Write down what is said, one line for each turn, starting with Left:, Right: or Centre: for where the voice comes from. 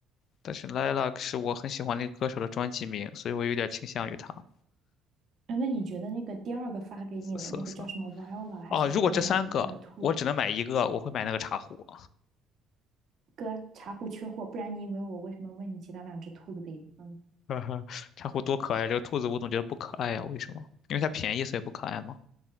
Left: 但是 Lilac 是我很喜欢那个歌手的专辑名，所以我有点倾向于它
Right: 哎，那你觉得那个第二个发给你的那个叫什么
Left: 紫色色。
Right: Viola 还是
Left: 哦，如果这三个我只能买一个，
Right: Violet 的那个兔子？
Left: 我会买那个茶壶。
Right: 哥，茶壶缺货，不然你以为我为什么问你其他两只兔子的颜色呢？
Left: <laughs> 茶壶多可爱，这个兔子我总觉得不可爱呀、为什么？因为它便宜，所以不可爱吗？